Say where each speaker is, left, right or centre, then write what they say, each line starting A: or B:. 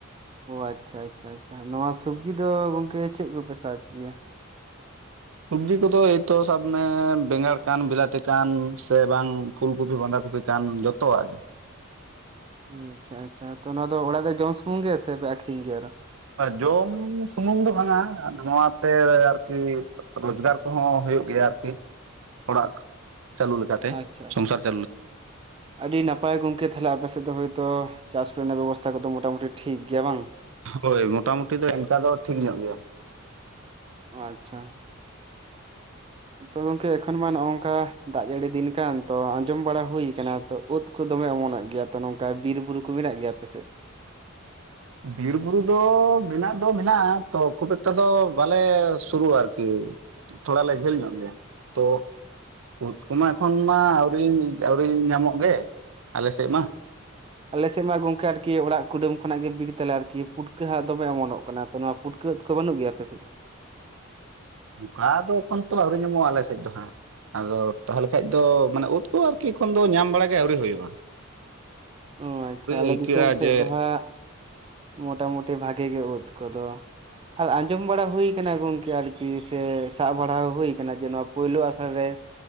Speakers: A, on the right; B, on the right.
A: ᱚ ᱟᱪᱪᱷᱟ ᱟᱪᱪᱷᱟ ᱟᱪᱪᱷᱟ ᱱᱚᱣᱟ ᱥᱚᱵᱽᱡᱤ ᱫᱚ ᱜᱚᱝᱠᱮ ᱪᱮᱫ ᱠᱚᱯᱮ ᱥᱟᱨᱡᱽ ᱜᱮᱭᱟ᱾
B: ᱥᱚᱵᱽᱡᱤ ᱠᱚᱫᱚ ᱮᱭᱛᱚ ᱥᱟᱵ ᱢᱮ ᱵᱮᱸᱜᱟᱲ ᱠᱟᱱ ᱵᱤᱞᱟᱛᱤ ᱠᱟᱱ ᱥᱮ ᱵᱟᱝ ᱯᱷᱩᱞ ᱠᱩᱯᱤ ᱵᱟᱸᱫᱷᱟ ᱠᱩᱯᱤ ᱠᱟᱱ ᱡᱚᱛᱚᱣᱟᱜ ᱜᱮ
A: ᱚ ᱟᱪᱪᱷᱟ ᱟᱪᱪᱷᱟ ᱛᱳ ᱱᱚᱣᱟ ᱫᱚ ᱚᱲᱟᱜ ᱨᱮ ᱡᱚᱢ ᱥᱩᱢᱩᱝ ᱜᱮᱥᱮ ᱯᱮ ᱟᱠᱷᱨᱤᱧ ᱜᱮᱭᱟ ᱟᱨᱦᱚᱸ᱾
B: ᱡᱚᱢ ᱥᱩᱢᱩᱝ ᱫᱚ ᱵᱟᱝᱟ ᱱᱚᱣᱟᱛᱮ ᱟᱨᱠᱤ ᱨᱚᱡᱽᱜᱟᱨ ᱠᱚᱦᱚᱸ ᱦᱩᱭᱩᱜ ᱜᱮᱭᱟ ᱟᱨᱠᱤ ᱚᱲᱟᱜ ᱪᱟᱹᱞᱩ ᱞᱮᱠᱟᱛᱮ
A: ᱟᱪᱪᱷᱟ ᱟᱪᱪᱷᱟ
B: ᱥᱚᱝᱥᱟᱨ ᱪᱟᱹᱞᱩ ᱞᱮᱠᱟ
A: ᱟᱹᱰᱤ ᱱᱟᱯᱟᱭ ᱜᱚᱝᱠᱮ ᱛᱟᱦᱚᱞᱮ ᱟᱯᱮᱥᱮᱫ ᱫᱚ ᱦᱳᱭᱛᱳ ᱪᱟᱥ ᱨᱮᱱᱟᱜ ᱵᱮᱵᱚᱥᱛᱷᱟ ᱠᱚᱫᱚ ᱢᱚᱴᱟᱢᱩᱴᱤ ᱴᱷᱤᱠ ᱜᱮᱭᱟ ᱵᱟᱝ
B: ᱦᱳᱭ ᱢᱚᱴᱟᱢᱩᱴᱤ ᱫᱚ ᱮᱱᱠᱟ ᱫᱚ ᱴᱷᱤᱠ ᱧᱚᱜ ᱜᱮᱭᱟ
A: ᱟᱪᱪᱷᱟ ᱛᱳ ᱜᱚᱝᱠᱮ ᱮᱠᱷᱚᱱ ᱢᱟ ᱱᱚᱜ ᱚᱝᱠᱟ ᱫᱟᱜ ᱡᱟᱹᱲᱤ ᱫᱤᱱ ᱠᱟᱱ ᱛᱳ ᱟᱸᱡᱚᱢ ᱵᱟᱲᱟ ᱦᱩᱭᱩ ᱠᱟᱱᱟ ᱛᱳ ᱩᱫ ᱠᱚ ᱫᱚᱢᱮ ᱚᱢᱚᱱᱚᱜ ᱜᱮᱭᱟ ᱛᱚ ᱱᱚᱝᱠᱟ ᱵᱤᱨᱵᱩᱨᱩ ᱠᱚ ᱢᱮᱱᱟᱜ ᱜᱮᱭᱟ ᱟᱯᱮ ᱥᱮᱫ
B: ᱵᱤᱨᱵᱩᱨᱩ ᱫᱚ ᱢᱮᱱᱟᱜ ᱫᱚ ᱢᱮᱱᱟᱜ-ᱟ ᱛᱳ ᱠᱷᱩᱵ ᱮᱠᱴᱟ ᱫᱚ ᱵᱟᱞᱮ ᱥᱩᱨᱩᱜ-ᱟ ᱟᱨᱠᱤ᱾ ᱛᱷᱚᱲᱟ ᱞᱮ ᱡᱷᱟᱹᱞ ᱧᱚᱜ ᱜᱮᱭᱟ ᱛᱳ ᱩᱫ ᱠᱚᱢᱟ ᱮᱠᱷᱚᱱ ᱢᱟ ᱟᱹᱣᱨᱤ ᱟᱹᱣᱨᱤ ᱧᱟᱢᱚᱜ ᱜᱮ ᱟᱞᱮ ᱥᱮᱫ ᱢᱟ
A: ᱟᱞᱮ ᱥᱮᱫ ᱢᱟ ᱜᱚᱝᱠᱮ ᱟᱨᱠᱤ ᱚᱲᱟᱜ ᱠᱩᱰᱟᱹᱢ ᱠᱷᱚᱱᱟᱜ ᱜᱮ ᱵᱤᱨ ᱛᱟᱞᱮ ᱟᱨᱠᱤ ᱯᱩᱴᱠᱟᱹ ᱦᱟᱸᱜ ᱫᱚᱢᱮ ᱚᱢᱚᱱᱚᱜ ᱠᱟᱱᱟ ᱛᱳ ᱱᱚᱣᱟ ᱯᱩᱴᱠᱟᱹ ᱩᱫ ᱠᱚ ᱵᱟᱹᱱᱩᱜ ᱜᱮᱭᱟ ᱟᱯᱮ ᱥᱮᱫ
B: ᱚᱝᱠᱟ ᱫᱚ ᱮᱠᱷᱚᱱ ᱛᱳ ᱟᱹᱣᱨᱤ ᱧᱟᱢᱚᱜ-ᱟ ᱟᱞᱮ ᱥᱮᱫ ᱫᱚ ᱦᱟᱸᱜ ᱟᱫᱚ ᱛᱟᱦᱚᱞᱮ ᱠᱷᱟᱱ ᱫᱚ ᱢᱟᱱᱮ ᱩᱫ ᱠᱚ ᱟᱨᱠᱤ ᱮᱠᱷᱚᱱ ᱫᱚ ᱧᱟᱢ ᱵᱟᱲᱟ ᱜᱮ ᱟᱹᱣᱨᱤ ᱦᱩᱭᱩᱜ-ᱟᱼᱼ
A: ᱚ ᱟᱪᱪᱷᱟ ᱟᱞᱮ
B: ᱟᱹᱭᱠᱟᱹᱜᱼᱟ
A: ᱫᱤᱥᱚᱢ ᱥᱮᱫ
B: ᱡᱮ
A: ᱫᱚ ᱦᱟᱸᱜ ᱢᱳᱴᱟᱢᱩᱴᱤ ᱵᱷᱟᱜᱮ ᱜᱮ ᱳᱫ ᱠᱚᱫᱚ ᱟᱨ ᱟᱸᱡᱚᱢ ᱵᱟᱲᱟ ᱦᱩᱭ ᱟᱠᱟᱱᱟ ᱜᱚᱝᱠᱮ ᱟᱨᱠᱤ ᱥᱮ ᱥᱟᱵ ᱵᱟᱲᱟ ᱦᱩᱭ ᱟᱠᱟᱱᱟ ᱡᱮ ᱱᱚᱣᱟ ᱯᱩᱭᱞᱳ ᱟᱥᱲᱟ ᱨᱮ